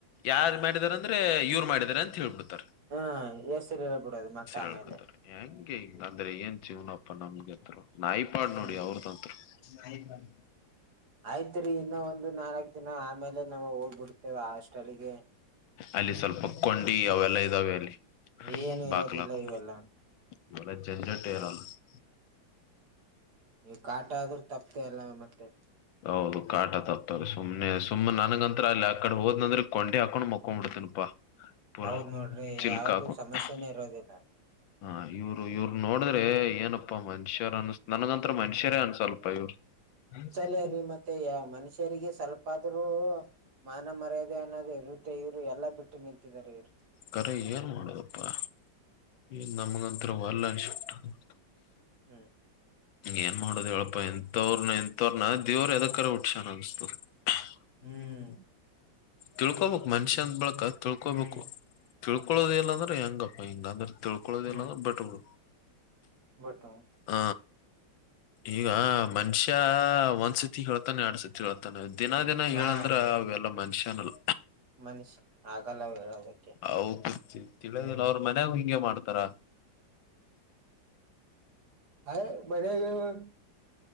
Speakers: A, on the left (about 80°); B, on the right (about 55°).
A: ಯಾರ್
B: ಹಾ
A: ಮಾಡಿದಾರೆ ಅಂದ್ರೆ ಇವ್ರು ಮಾಡಿದಿದ್ದಾರೆ ಅಂತ ಹೇಳೇಳ್ಬಿಡ್ತಾರೆ.
B: ಹ್ಮ ಎಸ್ರ ಹೇಳಿ ಬಿಡೋದು ಮತ್ತ್ ಆಮೇಲೆ
A: ಹೇಳ್ಬಿಡ್ತಾರೆ ಹೆಂಗೆ ಹಿಂಗ್
B: ಹ್ಮ್
A: ಅಂದ್ರೆ ಏನ್ ಜೀವ್ನಪ್ಪಾ ನಮ್ಗೆ ನಾಯಿಪಾಡ್
B: ಹ್ಮ್
A: ನೋಡಿ ಅವ್ರದಂತ್ರು, ನಾಯಿ ಪಾಡ್
B: ಆಯ್ತ್ ರೀ ಇನ್ನು ಒಂದು ನಾಲ್ಕ್ ದಿನ ಆಮೇಲೆ ನಾವ ಹೋಗ್ಬಿಡ್ತೇವೆ ಹಾಸ್ಟೆಲ್ಗೆ
A: ಅಲ್ಲಿ ಸ್ವಲ್ಪ ಕ್ಕೊಂಡಿ ಅವೆಲ್ಲಾ ಇದಾವೆ ಅಲ್ಲಿ <inaudible>
B: ಏನು
A: ಬಾಕ್ಲಾಹಾಕೊ
B: ಇರೋದಿಲ್ಲ ಇವೆಲ್ಲ
A: ಇವಲ್ಲಾ ಜೆಂಜಟ್ಟಾ ಇರಲ್ಲಾ <inaudible>
B: ಈವ್ರ ಕಾಟಾ ಆದ್ರೂ ತಪ್ಪತ ಎಲ್ಲ ಮತ್ತೆ
A: ಹೌದು ಕಾಟ ತಪ್ಪತ ಸುಮ್ನೆ ಸುಮ್ಮ್ ನನಗಂತ್ರ ಅಲ್ಲಿ ಆ ಕಡೆ ಹೋದ್ನಂದ್ರೆ ಕೊಂಡಿ ಹಾಕೊಂಡ್ ಮಕೊಂಡ್ಬಿಡ್ತನಪಾ. ಪುರಾ
B: ಹೌದ್ ನೋಡ್ರಿ
A: ಚಿಲ್ಕಾ
B: ಯಾವ್ದು
A: ಹಾಕು <inaudible>
B: ಸಮಸ್ಯೆನೇ ಇರೋದಿಲ್ಲ
A: ಹಾ ಇವ್ರು ಇವ್ರ್ನ ನೋಡಿದ್ರೆ ಏನಪ್ಪಾ ಮನುಷ್ಯಾರ ಅನ್ಸತ್ ನನ್ಗಂತ ಮನುಷ್ಯರೇ ಅನ್ಸಲ್ವ್ಸ್ವಲ್ಪ್ ಇವರು <unintelligible>
B: ಷ್ಯಾರೀ ಮತ್ತೆ ಯಾ ಮನುಷ್ಯರಿಗೆ ಸ್ವಲ್ಪ ಆದ್ರೂ ಮಾನ ಮರ್ಯಾದೆ ಅನ್ನೋದು ಇರುತ್ತೆ ಇವರು ಎಲ್ಲಾ ಬಿಟ್ಟ್ ನಿಂತಿದಾರೆ ಇವ್ರು.
A: ಕರೆ ಏನ್ ಮಾಡೂದಪ್ಪಾ ಈ ನಮಗಂತ್ರೂ ವಲ್ಲೆ ಅನ್ಸಿಬ್ಟದ <inaudible>
B: ಹ್ಮ.
A: ಏನ್ ಮಾಡುದು ಹೇಳಪ್ಪಾ ಇಂತವ್ರನ ಇಂತವ್ರನ. ದೇವ್ರ ಯದಕರ ಹುಟ್ಸ್ಯಾನ ಅನಸ್ತದ ಹ್.
B: ಹ್ಮ್
A: ತಿಳ್ಕೋಬೇಕ ಮನ್ಷ್ಯಂದ ಬಳಿಕ ತಿಳ್ಕೋಬೇಕು.
B: ಹ್ಮ್
A: ತಿಳ್ಕೊಳದ ಇಲ್ಲ ಅಂದ್ರೆ ಹೆಂಗಪ್ಪಾ ಹಿಂಗ್ ಅಂದ್ರ. ತಿಳ್ಕೊಳದಿಲ್ಲಂದ್ರ
B: ಹ್ಮ್
A: ಬಟ್ಬಿಡು
B: ಬಟ್
A: ಹ. ಈಗ ಮನಷ್ಯ ಒಂದ್ಸತಿ ಹೇಳ್ತಾನೆ ಆ್ಯಡ್ಸತಿ ತಿಳ್ತಾನ ದಿನ ದಿನ
B: ಹಾ
A: ಹೇಳಂದ್ರ ಅವೆಲ್ಲ ಮನಷ್ಯನಲ್ಲ.
B: ಮನುಷ್ಯ ಆಗಲ್ಲ ಹೇಳೋದಕ್ಕೆ
A: ಹೌದ್ ತಿಳಿಯದಿಲ್ಲ
B: ಹ್ಮ್
A: ಅವ್ರ ಮನ್ಯಾಗು ಹಿಂಗೆ ಮಾಡ್ತಾರ.
B: ಹಯ್ ಮನ್ಯಾಗ ಹೇಳ್ಬೇಕ್.